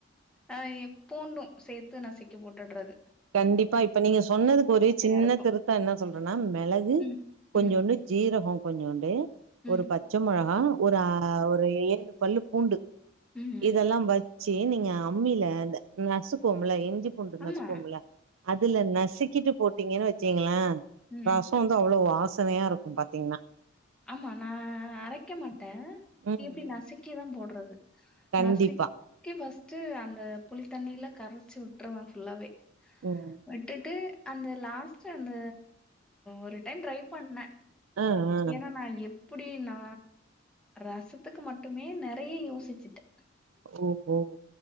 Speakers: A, in the centre; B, on the right (about 75°).
A: அ பூண்டும் சேத்து நசிக்கி போட்டுட்றது
B: கண்டிப்பா இப்ப நீங்க சொன்னதுக்கு ஒரே சின்ன
A: இருக்கு
B: திருத்தொ என்ன சொல்றன்னா மெளகு
A: ம்
B: கொஞ்சோண்டு
A: ம்
B: ஜீரகொ கொஞ்சோண்டு
A: ம்
B: ஒரு பத் பச்ச மொளகா ஒரு ஒரு ஏழு பல்லு பூண்டு
A: ம்
B: இதெல்லா வ ச்சு சரி நீங்க அம்மில இந்த நசுக்வோம்ல இஞ்சி பூண்டு
A: ஆமா
B: நசுக்வோம்ல அதுல நசிக்கிட்டு போட்டீங்கன்னு வச்சிகங்ளே
A: ம்
B: ரஸ் இப்ப வந்து அவ்ளவு வாசனையா இருக்கு பாத்தீங்ன்னா
A: ஆமா நா அரைக்க மாட்ட
B: ம்
A: இப்டி நசுக்கிதா
B: ம்
A: போட்றது
B: கண்டிப்பா
A: நசிக் பஸ்ட்டு அந்த புளித் தண்ணிய்ல கரச்சு வுட்ருவே ஃபுல்லாவே
B: ம்
A: விட்டுட்டு அந்த லாஸ்ட் அந்த ஒரு டைம் ட்ரை பண்ண
B: ஆ ஆ
A: ஏனா நா எப் இப்டி னா ரசத்துக்கு மட்டுமே நெறைய யோசிச்சிட்டே
B: ஓ ஹோ